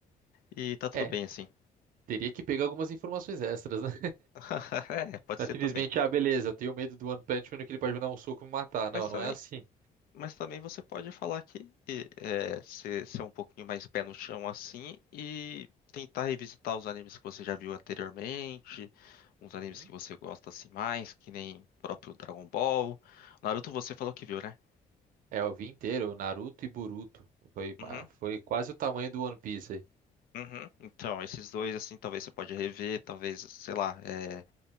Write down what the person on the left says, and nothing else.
e tá tudo
bem assim.
<laughs> É, pode
ser
também.
Mas
também,
mas também você pode falar que é, ser, ser um pouquinho mais pé no chão assim e tentar revisitar os animes que você já viu anteriormente, uns
animes que você gosta assim mais, que nem próprio Dragon Ball. Naruto você falou que viu, né?
Uhum.
Uhum. Então, esses dois, assim, talvez você pode rever, talvez, sei lá, é,